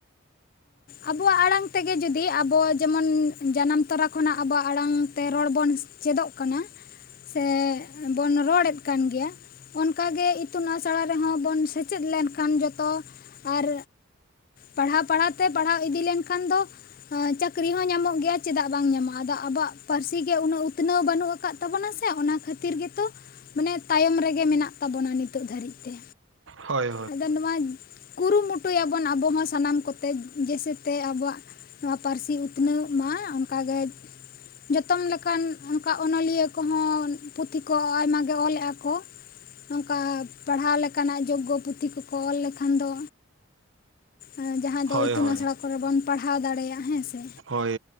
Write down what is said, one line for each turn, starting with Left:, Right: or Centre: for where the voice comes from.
Left: ᱟᱵᱚᱣᱟᱜ ᱟᱲᱟᱝ ᱛᱮᱜᱮ ᱡᱩᱫᱤ ᱟᱵᱚ ᱡᱮᱢᱚᱱ ᱡᱟᱱᱟᱢ ᱛᱚᱨᱟ ᱠᱷᱚᱱᱟᱜ ᱟᱵᱚᱣᱟᱜ ᱟᱲᱟᱝ ᱛᱮ ᱨᱚᱲ ᱵᱚᱱ ᱪᱮᱫᱚᱜ ᱠᱟᱱᱟ ᱥᱮ ᱵᱚᱱ ᱨᱚᱲᱮᱫ ᱠᱟᱱ ᱜᱮᱭᱟ ᱚᱱᱠᱟ ᱜᱮ ᱤᱛᱩᱱ ᱟᱥᱲᱟ ᱨᱮᱦᱚᱸ ᱵᱚᱱ ᱥᱮᱪᱮᱫ ᱞᱮᱱᱠᱷᱟᱱ ᱡᱚᱛᱚ ᱟᱨ ᱯᱟᱲᱦᱟᱣ ᱯᱟᱲᱦᱟᱣ ᱛᱮ ᱯᱟᱲᱦᱟᱣ ᱤᱫᱤ ᱞᱮᱱᱠᱷᱟᱱ ᱫᱚ ᱪᱟᱹᱠᱨᱤ ᱦᱚᱸ ᱧᱟᱢᱚᱜ ᱜᱮᱭᱟ ᱪᱮᱫᱟᱜ ᱵᱟᱝ ᱧᱟᱢᱚᱜᱼᱟ ᱟᱫᱚ ᱟᱵᱚᱣᱟᱜ ᱯᱟᱹᱨᱥᱤ ᱜᱮ ᱩᱱᱟᱹᱜ ᱩᱛᱱᱟᱹᱣ ᱵᱟᱹᱱᱩᱜ ᱟᱠᱟᱫ ᱛᱟᱵᱚᱱᱟ ᱥᱮ ᱚᱱᱟ ᱠᱷᱟᱹᱛᱤᱨ ᱜᱮᱛᱚ ᱢᱟᱱᱮ ᱛᱟᱭᱚᱢ ᱨᱮᱜᱮ ᱢᱮᱱᱟᱜ ᱛᱟᱵᱚᱱᱟ ᱱᱤᱛᱚᱜ ᱫᱷᱟᱹᱨᱤᱡ ᱛᱮ
Right: ᱦᱳᱭ ᱦᱳᱭ
Left: ᱟᱫᱚ ᱱᱚᱣᱟ ᱠᱩᱨᱩᱢᱩᱴᱩᱭᱟᱵᱚᱱ ᱟᱵᱚ ᱦᱚᱸ ᱥᱟᱱᱟᱢ ᱠᱚ ᱛᱮᱡ ᱡᱮᱥᱮᱛᱮ ᱟᱵᱚᱣᱟᱜ ᱱᱚᱣᱟ ᱯᱟᱹᱨᱥᱤ ᱩᱛᱱᱟᱹᱣ ᱢᱟ ᱚᱝᱠᱟᱜᱮ ᱡᱚᱛᱚᱢ ᱞᱮᱠᱟᱱ ᱚᱱᱠᱟ ᱚᱱᱚᱞᱤᱭᱟᱹ ᱠᱚᱦᱚᱸ ᱯᱩᱛᱷᱤ ᱠᱚ ᱟᱭᱢᱟ ᱜᱮ ᱚᱞᱮᱜᱼᱟ ᱠᱚ ᱱᱚᱝᱠᱟ ᱯᱟᱲᱦᱟᱣ ᱞᱮᱠᱟᱱᱟᱜ ᱡᱳᱜᱜᱳ ᱯᱩᱛᱷᱤ ᱠᱚᱠᱚ ᱚᱞ ᱞᱮᱠᱷᱟᱱ ᱫᱚ ᱮᱸ ᱡᱟᱦᱟᱸ ᱛᱚ
Right: ᱦᱳᱭ
Left: ᱤᱛᱩᱱ
Right: ᱦᱳᱭ
Left: ᱟᱥᱲᱟ ᱠᱚᱨᱮ ᱵᱚᱱ ᱯᱟᱲᱦᱟᱣ ᱫᱟᱲᱮᱭᱟᱜᱼᱟ ᱦᱮᱸ ᱥᱮ᱾
Right: ᱦᱳᱭ